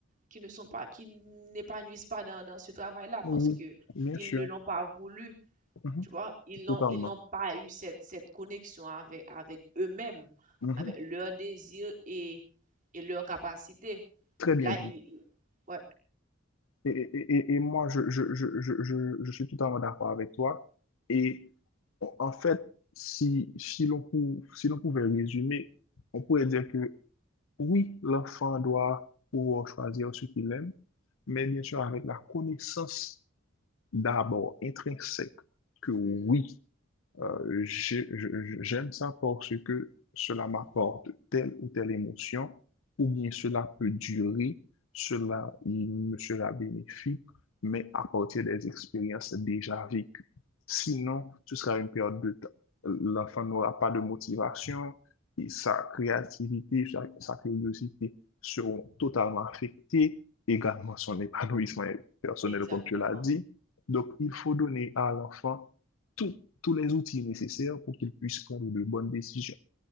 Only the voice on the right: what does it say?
qui ne sont pas, qui n'épanouissent pas dans, dans ce travail-là
parce que
ils
ne l'ont pas voulu,
tu vois, ils n'ont,
ils n'ont pas eu cette, cette connexion avec, avec eux-mêmes,
avec leurs désirs et et leurs capacités.
Là,
il, il- ouais,
Mhm,
mhm.
exactement,